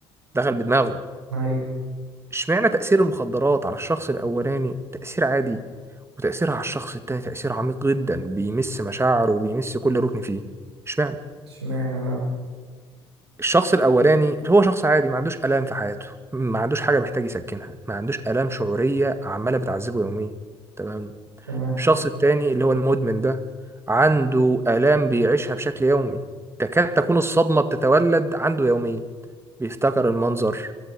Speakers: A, on the right; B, on the right.
A: دخل بدماغه
B: ايوه
A: اشمعنى تأثير المخدرات على الشخص الأولاني تأثير عادي وتأثيرها على الشخص التاني تأثير عميق جدا بيمس مشاعره وبيمس كل ركن فيه اشمعنى
B: اشمعنى بقى
A: الشخص الاولاني هو شخص عادي ما عندوش الام في حياته ما عندوش حاجه محتاج يسكنها ما عندوش الام شعوريه عماله بتعذبه يوميا تمام
B: تمام
A: الشخص التاني اللي هو المدمن ده عنده الام بيعيشها بشكل يومي تكاد تكون الصدمه بتتولد عنده يوميا بيفتكر المنظر